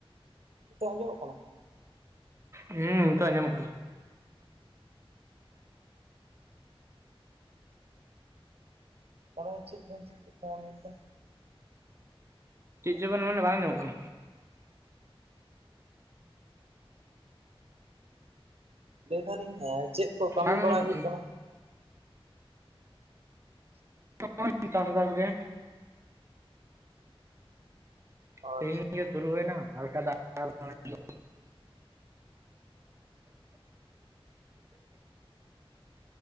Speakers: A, on the right; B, on the right.
A: ᱱᱤᱛᱚᱜ ᱟᱸᱡᱚᱢᱚᱜ ᱠᱟᱱᱟ,
B: ᱦᱩᱸ ᱱᱤᱛᱚᱜ ᱟᱸᱡᱚᱢᱚᱜ ᱠᱟᱱᱟ᱾
A: ᱛᱟᱦᱚᱞᱮ ᱪᱮᱫ ᱵᱮᱱ ᱪᱤᱠᱟᱹ ᱠᱟᱱᱟ ᱞᱟᱹᱭ?
B: ᱪᱮᱜ ᱪᱚᱵᱮᱱ ᱢᱮᱱᱮᱜ ᱵᱟᱝ ᱟᱸᱡᱚᱢᱚᱜ ᱠᱟᱱᱟ
A: ᱞᱟᱹᱭ ᱫᱟᱞᱤᱧ ᱦᱮᱸ ᱪᱮᱜ ᱠᱚ ᱠᱟᱹᱢᱤ
B: ᱵᱟᱝ ᱟᱸᱡᱚᱢᱚᱜ
A: ᱵᱟᱲᱟ ᱦᱩᱭᱩᱜ ᱠᱟᱱᱟ?
B: ᱱᱚᱜᱼᱚᱭ ᱪᱟᱥ ᱵᱟᱥ ᱜᱮ᱾
A: ᱟᱪᱪᱷᱟ
B: ᱛᱮᱦᱤᱧ ᱜᱮ ᱥᱩᱨᱩ ᱦᱩᱭᱱᱟ ᱦᱟᱞᱠᱟ ᱫᱟᱜᱽ ᱦᱟᱛᱟᱲ <inaudible>
A: <inaudible>